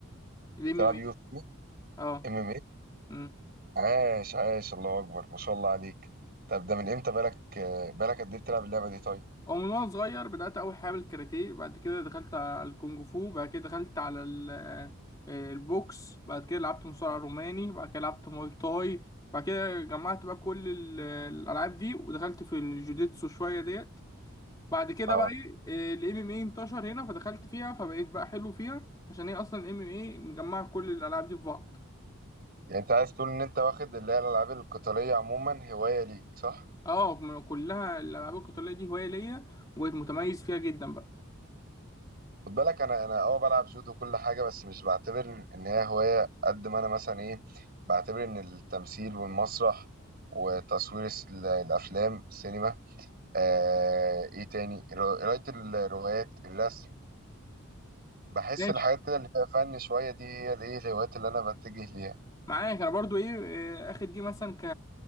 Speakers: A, on the left (about 20°); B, on the right (about 50°).
A: الام
B: تلعب
A: ام اي
B: يو اف سي
A: اه
B: ام ام اي
A: امم
B: عاش عاش الله اكبر ما شاء الله عليك طب ده من امتى بالك آه، بالك قد ايه بتلعب اللعبه دي طيب
A: ومن وانا صغير بدات اول حاجه بالكاراتيه بعد كده دخلت على الكونج فو بعد كده دخلت على ال- آه، البوكس بعد كده لعبت مصارع روماني بعد كده لعبت موي تاي بعد كده جمعت بقى كل ال- الالعاب دي ودخلت في الجوجيتسو شويه ديت بعد كده
B: اه
A: بقى ايه الام ام اي انتشر هنا فدخلت فيها فبقيت بقى حلو فيها عشان هي اصلا الام ام اي مجمعه كل الالعاب دي في بعض
B: يعني انت عايز تقول ان انت واخد اللي هي الالعاب القتاليه عموما هوايه ليك صح
A: اه من كلها الالعاب القتاليه دي هوايه ليا وبقيت متميز فيها جدا بقى
B: خد بالك انا انا اه بلعب جودو كل حاجه بس مش بعتبر ان هي هوايه قد ما انا مثلا ايه بعتبر ان التمثيل والمسرح وتصوير الس- ال- الافلام سينما آه ايه تاني رو- قرايه الروايات الرسم بحس
A: ماشي
B: الحاجات كده اللي فيها فن شويه دي هي الايه الهوايات اللي انا بتجه ليها
A: معاك انا برضو ايه إيه، اخد دي مثلا ك